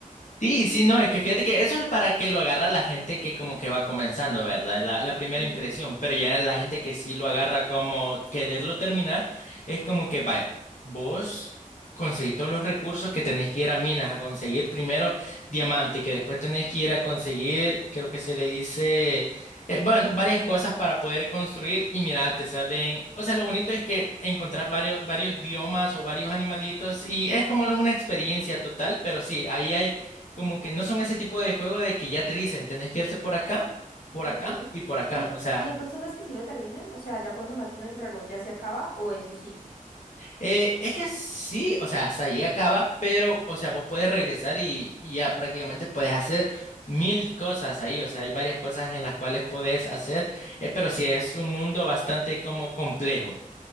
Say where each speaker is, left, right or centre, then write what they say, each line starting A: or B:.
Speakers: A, on the left; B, on the left.
A: Sí, sí, no, es que fíjate que eso es para que lo agarra la gente que como que va comenzando, ¿verdad? La, la primera
B: Ujú,
A: impresión, pero ya la gente que sí lo agarra como quererlo terminar, es como que vaya, vos conseguís todos los recursos que tenés que ir a minas, a conseguir primero diamante, que después tenés que ir a conseguir, creo que se le dice, eh, bueno, varias cosas para poder construir y mira, te salen, o sea, lo bonito es que encontrás varios, varios biomas o varios animalitos y
B: ujú.
A: es como una experiencia total, pero sí, ahí hay como que no son ese tipo de juego de que ya te dicen, tenés que irte por acá, por
B: Ok.
A: acá
B: ¿Y
A: y por acá.
B: hay,
A: O sea,
B: y hay personas que sí lo terminan? O sea, ya cuando matan al dragón ya se acaba o eso sigue.
A: eh, es que sí, o sea, hasta ahí acaba, pero, o sea, vos puedes regresar y, y ya prácticamente puedes hacer mil cosas ahí. O sea, hay varias cosas en las cuales puedes hacer, eh, pero sí es un mundo bastante como complejo.